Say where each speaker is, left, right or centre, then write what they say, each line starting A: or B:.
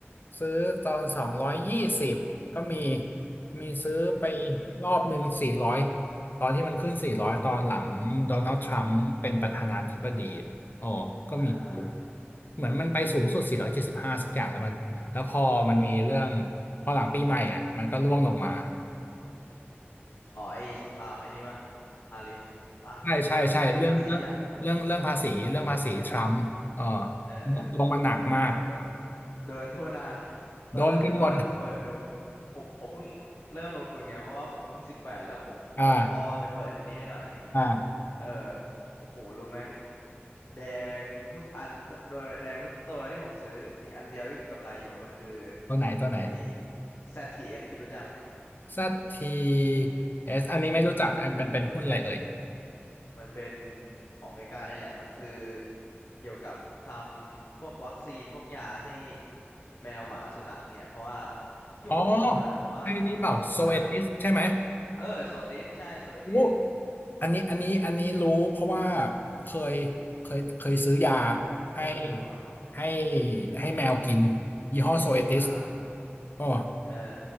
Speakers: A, on the left; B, on the left.
A: ซื้อตอนสองร้อยยี่สิบก็มีมีซื้อไป
B: อืม
A: รอบหนึ่งสี่ร้อยตอนที่มันขึ้นสี่ร้อยตอนหลังโดนัลด์ทรัมป์เป็นประธานาธิบดีอ๋อก็มีซื้อ
B: อ่า
A: เหมือนมันไปสูงสุด475สบห้าสักอย่างแล้วมัน แล้วพอมันมีเรื่องพอหลังปีใหม่อ่ะมันก็ร่วงลงมา
B: อ๋อไอ้สงครามไอ้นี่ป่ะทาริฟป่ะ
A: ใช่ใช่ใช่เรื่องเรื่องเรื่องเรื่องภาษีเรื่องภาษีทรัมป์เออ
B: ไอ้ภาษีอ่ะเออผมก็โดน
A: ลงมาหนักมาก
B: โดนทั่วหน้านะตอนนั้นวันนั้นผมเปิดดู
A: โดนกันหมด
B: ผมผมเพิ่งเริ่มลงทุนไงเพราะว่าผมเพิ่งสิบแปดแล้วผมบอกพ่อว่าไปเปิดอันนี้ให้หน่อยอย่างเงี้ย
A: อ่าอ่า
B: เออโอ้โหรู้ไหม แดงทุกอันโดยแดงทุกตัวที่ผมซื้อมีอันเดียวที่กำไรอยู่ก็คือ
A: ตัวไหนตัวไหน
B: ไอ้แซดทีเ t สพี่รู้จักไหม
A: ซั ZTS อสอันนี้ไม่รู้จักอันเป็นเป็นหุ้นอะไรเอ่ย
B: มันเป็นของอเมริกาเนี่ยแหละมันคือเกี่ยวกับทำพวกวัคซีนพวกยาให้แมวหมาสุนัขเนี่ยเพราะว่าที่ผมลงทุนนะเพราะว่า
A: อ๋อใช่นี้เปล่าโซเอติสใช่ไหม
B: เออเออโซติสใช่โซติส
A: อู้อันนี้อันนี้อันนี้รู้เพราะว่าเคยเคยเคยซื้อยา
B: เคยดูดูเหรอ่ะฮะอ๋อ
A: ให้ให้ให้แมวกินยี่ห้อโซเอติส
B: อ่า
A: อ๋อ
B: เออ